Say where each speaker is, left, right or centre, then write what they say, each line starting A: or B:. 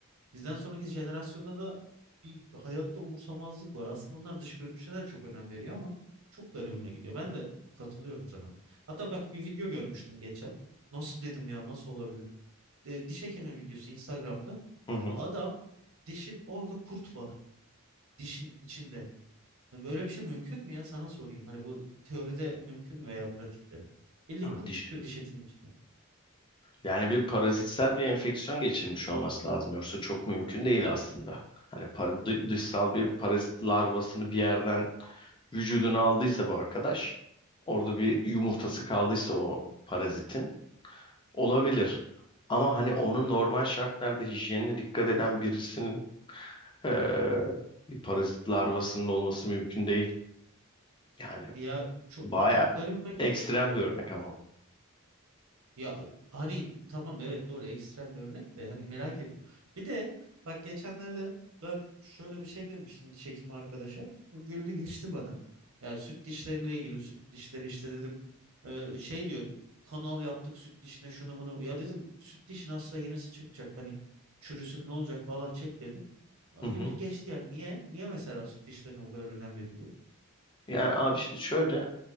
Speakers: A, on the right; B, on the left.
A: Bizden sonraki jenerasyonda da bir hayatta umursamazlık var. Aslında onlar dış görünüşüne de çok önem veriyor ama çok garibime gidiyor. Ben de katılıyorum sana. Hatta bak bir video görmüştüm geçen. Nasıl dedim ya nasıl olabilir? E, diş hekimi videosu Instagram'da.
B: Hı hı.
A: Adam dişin orada kurt var. Dişin içinde. Yani böyle bir şey mümkün mü ya? Sana sorayım. Hani bu teoride mümkün mü veya pratikte? Bildiğin
B: Ya
A: kurt
B: diş-
A: çıkıyor diş etinin içinde.
B: Yani bir parazitsel bir enfeksiyon geçirmiş olması lazım. Yoksa çok mümkün değil aslında. Hani par- dı- dışsal bir parazit larvasını bir yerden vücuduna aldıysa bu arkadaş, orada bir yumurtası kaldıysa o parazitin olabilir. Ama hani onun normal şartlarda hijyenine dikkat eden birisinin eee, bir parazit larvasının olması mümkün değil. Yani
A: Ya çok
B: baya
A: çok garibime gitti
B: ekstrem
A: ya.
B: bir örnek ama
A: Ya hani tamam evet doğru ekstrem bir örnek de hani merak ettim. Bir de bak geçenlerde ben şöyle bir şey demiştim diş hekimi arkadaşa. O güldü <laughs> geçti bana. Ya süt dişleriyle ilgili süt dişleri işte dedim. e, şey diyor kanal yaptık süt dişine şunu bunu. Ya dedim süt dişin hasta yenisi çıkacak hani çürüsün ne olacak falan çek dedim. Ya
B: Hı
A: Güldü
B: hı.
A: geçti yani niye? Niye mesela süt dişlerine bu kadar önem veriliyor?
B: Yani abi şimdi şöyle